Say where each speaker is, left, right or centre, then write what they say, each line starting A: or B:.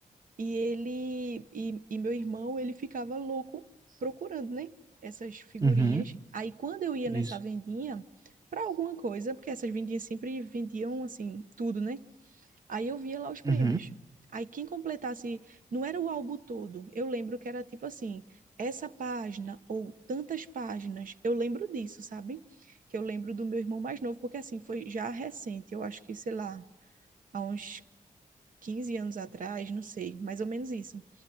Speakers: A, on the right (about 75°); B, on the right (about 25°).
A: e ele, e, e meu irmão, ele ficava louco procurando, né, essas figurinhas,
B: Uhum,
A: aí quando eu ia
B: isso.
A: nessa vendinha, para alguma coisa, porque essas vendinhas sempre vendiam, assim, tudo, né, Aí eu via lá os prêmios.
B: Uhum.
A: Aí quem completasse, não era o álbum todo, eu lembro que era tipo assim, essa página ou tantas páginas, eu lembro disso, sabe? Que eu lembro do meu irmão mais novo, porque assim, foi já recente, eu acho que, sei lá, há uns 15 anos atrás, não sei, mais ou menos isso.